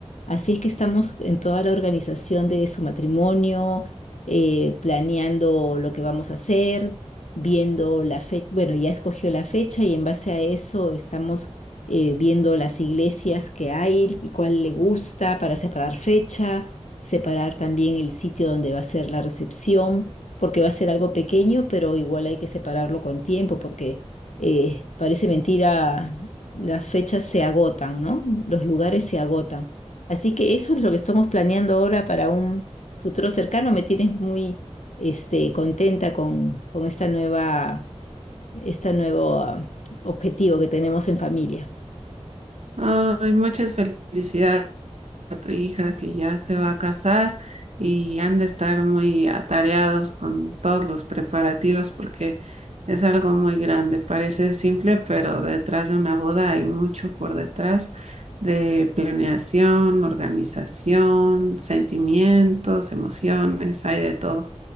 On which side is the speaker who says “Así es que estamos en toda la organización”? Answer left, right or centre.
Left